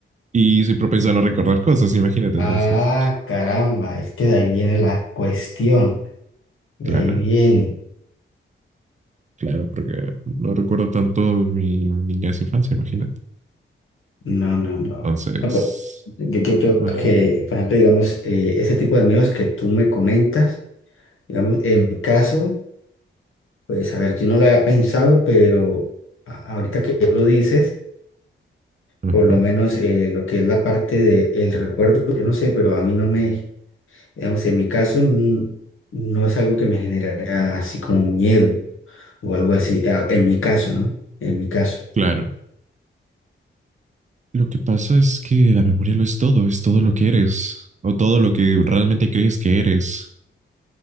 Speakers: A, on the right (about 35°); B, on the left (about 75°).
A: Y soy propenso a no recordar cosas, imagínate
B: Ah,
A: entonces.
B: caramba, es que de ahí viene la cuestión, de
A: Claro,
B: ahí viene.
A: claro, porque no recuerdo tanto mi niñez e infancia, imagínate.
B: No, no, no.
A: Entonces,
B: No, pero yo, yo
A: ajá,
B: creo que, por ejemplo, digamos, eh, ese tipo de miedos que tú me comentas, digamos, en mi caso, pues, a ver, yo no lo había pensado, pero a- ahorita que lo dices
A: ajá,
B: por lo menos eh, lo que es la parte del recuerdo, yo no sé, pero a mí no me, digamos, en mi caso mm, no es algo que me generaría así como un miedo o algo así, eh, en mi caso, ¿no? En mi caso.
A: claro. Lo que pasa es que la memoria lo es todo, es todo lo que eres o todo lo que realmente crees que eres.